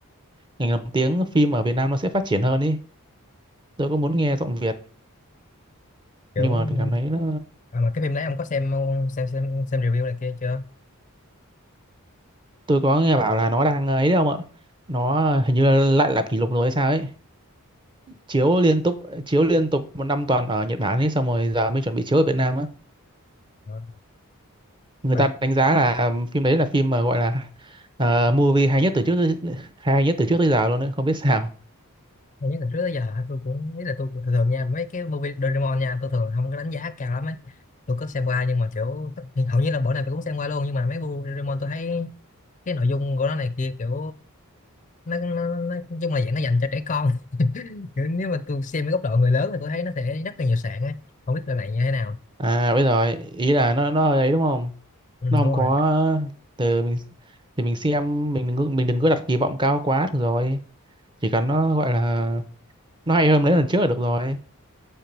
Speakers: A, on the right; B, on the left.
A: ngành làm tiếng phim ở Việt Nam nó sẽ phát triển hơn ý tôi cũng muốn nghe giọng Việt
B: kiểu
A: nhưng mà cảm thấy nó
B: à, mà cái phim đấy ông có xem xem xem xem review này kia chưa
A: tôi có nghe bảo là nó đang ấy đấy không ạ nó hình như là lại lập kỷ lục rồi hay sao ấy chiếu liên tục chiếu liên tục một năm toàn ở Nhật Bản ấy xong rồi giờ mới chuẩn bị chiếu ở Việt Nam á
B: Ờ.
A: người
B: mà
A: ta đánh giá là phim đấy là phim mà gọi là ờ, movie hay nhất từ trước tới, hay nhất từ trước tới giờ luôn đấy không biết sao
B: Nhiều nhất từ trước tới giờ tôi cũng biết là tôi cũng thường thường nha mấy cái movie Doraemon nha tôi thường không có đánh giá cao lắm ấy tôi có xem qua nhưng mà kiểu tất- hầu như là bộ nào tôi cũng xem qua luôn nhưng mà mấy bộ Doraemon tôi thấy cái nội dung của nó này kia kiểu nó, nó, nó nó- nói chung là dạng nó dành cho trẻ con <laughs> kiểu nếu mà tôi xem cái góc độ người lớn thì tôi thấy nó sẽ rất là nhiều sạn ấy không biết là bạn như thế nào
A: à bây giờ ý là nó nó ấy đúng không
B: ừ,
A: nó không
B: đúng rồi
A: có ờ, từ mình thì mình xem mình đừng mình đừng có đặt kỳ vọng cao quá được rồi chỉ cần nó gọi là nó hay hơn mấy lần trước là được rồi